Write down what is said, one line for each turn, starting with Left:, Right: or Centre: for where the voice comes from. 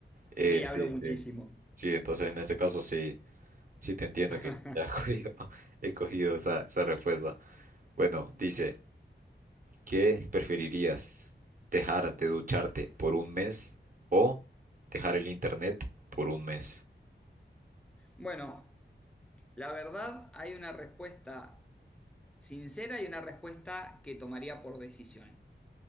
Right: Eh,
Centre: Sí,
Right: sí,
Centre: hablo muchísimo.
Right: sí, sí, entonces en ese caso sí, sí te entiendo
Centre: <laughs>
Right: que <laughs> ya he cogido, <laughs> he cogido esa, esa respuesta. Bueno, dice, ¿qué preferirías? ¿Dejar de ducharte por un mes o dejar el internet por un mes?
Centre: Bueno. La verdad, hay una respuesta sincera y una respuesta que tomaría por decisión.